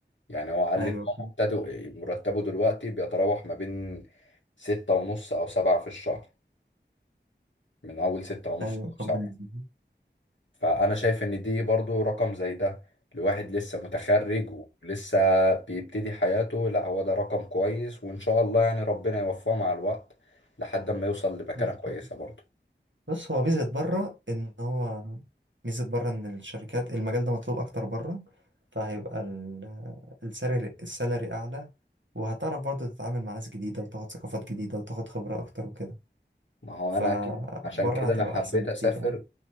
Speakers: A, on the left; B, on the right.
A: يعني هو قال
B: ايوه
A: لي ان هو مبتدئ مرتبه دلوقتي بيتراوح ما بين ستة ونص او سبعة في الشهر من اول ستة ونص
B: ايوه
A: او سبعة
B: ربنا يكرمك
A: فأنا شايف إن دي برضو رقم زي ده لواحد لسه متخرج ولسه بيبتدي حياته لا هو ده رقم كويس وإن شاء الله يعني ربنا يوفقه مع الوقت لحد ما يوصل لمكانة
B: جدا
A: كويسة برضو
B: بص هو ميزه بره ان هو ميزه بره ان الشركات المجال ده مطلوب اكتر بره فهيبقى ال- السالري السالري اعلى وهتعرف برضه تتعامل مع ناس جديده وتاخد ثقافات جديده وتاخد خبره اكتر وكده
A: ما هو
B: فبره
A: أنا أكيد عشان كده
B: هتبقى
A: أنا حبيت
B: احسن بكتير
A: أسافر
B: يعني